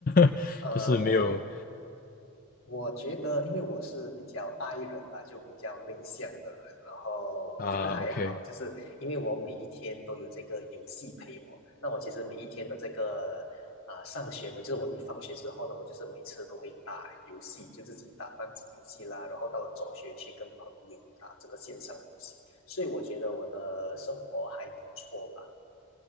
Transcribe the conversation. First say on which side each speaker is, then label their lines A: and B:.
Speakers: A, on the left; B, on the left.
A: <laughs>
B: 呃，
A: 就是没有
B: 我我我觉得，因为我是比较 i 人吧，就比较内向的人，然后我觉得还好，
A: 啊。OK，
B: 就是因为我每一天都有这个游戏陪我，那我其实每一天的这个啊、上学呢，就是我一放学之后呢，我就是每次都会打游戏，就自己打单机游戏啦，然后到了中学去跟朋友打这个线上游戏，所以我觉得我的生活还不错吧。